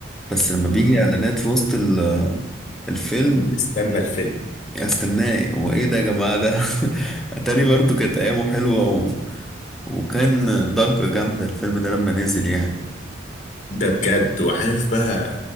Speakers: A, in the centre; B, on the left.
A: بس لما بيجي
B: مم.
A: اعلانات في وسط ال- الفيلم
B: بنستنى الفيلم
A: استناه هو ايه ده يا جماعه ده <laughs> اتاري برضو كانت ايامه حلوه و... وكان ضجه جامده الفيلم ده لما نزل يعني
B: ده بجد وعارف بقى